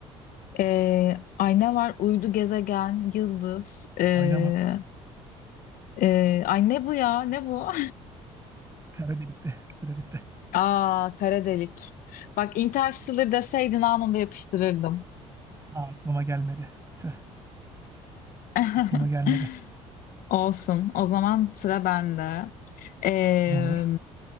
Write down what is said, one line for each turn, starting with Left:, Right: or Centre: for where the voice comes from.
Left: ee, ay ne var? Uydu, gezegen, yıldız. ee,
Right: Ayna mı?
Left: ee, ay ne bu ya? Ne bu?
Right: Kara delikte. <laughs> Süre bitti.
Left: <laughs> Aa, kara delik. Bak Interstellar deseydin anında yapıştırırdım.
Right: Ha, aklıma gelmedi. Tüh,
Left: <laughs>
Right: aklıma gelmedi.
Left: Olsun. O zaman sıra bende. Ee,
Right: Olur.